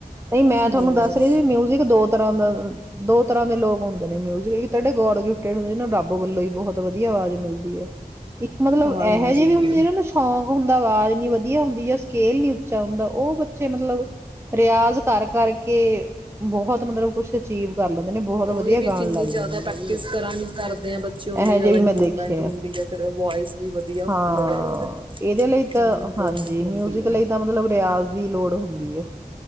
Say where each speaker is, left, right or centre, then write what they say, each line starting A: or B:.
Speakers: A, on the right; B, on the right.
A: ਨਹੀਂ ਮੈਂ ਤੁਹਾਨੂੰ
B: ਹੋਰ
A: ਦੱਸ ਰਹੀ
B: ਕੀ।
A: ਸੀ ਵੀ, ਮਿਊਜਿਕ ਦੋ ਤਰ੍ਹਾਂ ਦਾ ਦੋ ਤਰ੍ਹਾਂ ਦੇ ਲੋਕ ਹੁੰਦੇ ਨੇ ਮਿਊਜਿਕ ਇੱਕ ਤੇ ਗੋਡ ਗਿਫਿਟ <unintelligible> ਰੱਬ ਵੱਲੋਂ ਹੀ ਬਹੁਤ ਵਧੀਆ ਆਵਾਜ਼ ਮਿਲਦੀ ਹੈ, ਇੱਕ ਮਤਲਬ
B: ਹਾਂਜੀ
A: ਇਹੋ ਜਿਹੇ ਵੀ ਹੁੰਦੇ ਨਾ ਸ਼ੌਂਕ ਹੁੰਦਾ, ਆਵਾਜ਼ ਇੰਨੀ ਵਧੀਆ ਹੁੰਦੀ। ਜਾਂ ਸਕੇਲ ਨੀ ਉੱਚਾ ਹੁੰਦਾ ਉਹ ਬੱਚੇ ਮਤਲਬ ਰਿਆਜ਼ ਕਰ ਕਰਕੇ ਬਹੁਤ ਮਤਲਬ ਕੁਛ ਅਚੀਵ ਕਰ ਲੈਂਦੇ ਨੇ ਬਹੁਤ
B: ਉਹੀ
A: ਵਧੀਆ
B: ਵੀ ਜਿੰਨੀ
A: ਗਾਣ ਲੱਗ
B: ਜ਼ਿਆਦਾ
A: ਜਾਂਦੇ
B: ਪ੍ਰੈਕਟਿਸ
A: ਨੇ ਉਹ ਵੀ ਬੱਚੇ
B: ਕਰਾਂਗੇ ਕਰਦੇ ਆ ਬੱਚੇ ਓਨੀ
A: ਇਹੋ
B: ਜਿਆਦਾ
A: ਜਿਹੇ ਵੀ
B: ਇੰਪਰੂਵਮੈਂਟ
A: ਮੈਂ ਦੇਖੇ
B: ਹੁੰਦੀ
A: ਆ
B: ਹੈ ਫਿਰ ਵਇਸ ਵੀ ਵਧੀਆ ਹੁੰਦੀ
A: ਹਾਂ
B: ਹੈ। ਜ਼ਿਆਦਾ ਫ
A: ਇਹਦੇ ਲਈ ਤਾਂ
B: ਓਨੀ ਇੰਪਰੂਵਮੈਂਟ
A: ਹਾਂਜੀ
B: ਹੁੰਦੀ
A: ਮਿਊਜਿਕ
B: ਹੈ।
A: ਲਈ ਤਾਂ ਮਤਲਬ ਰਿਆਜ਼ ਦੀ ਲੋੜ ਹੁੰਦੀ ਹੈ।